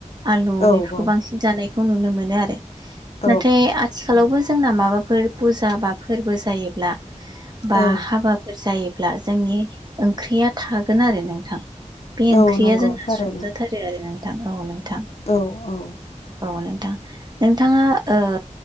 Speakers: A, on the right (about 35°); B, on the left (about 55°).
A: आलु
B: औ
A: बेफोरखौ
B: औ
A: बांसिन जानाय खौ नुनो मोनो आरो।
B: औ
A: नाथाय आथिखालावबो जोंना माबा फोर पुजा बा फोरबो जायोब्ला बा
B: औ
A: हाबाफोर जायो ब्ला जोंनि ओंख्रिया थागोन आरो नोंथां। बे
B: औ
A: ओंख्रिया
B: नंगौ
A: जोंना
B: थारैनो
A: संजाथारो आरोना। थां औ नोंथां।
B: औ औ।
A: औ नोंथां। नोंथाङा ओ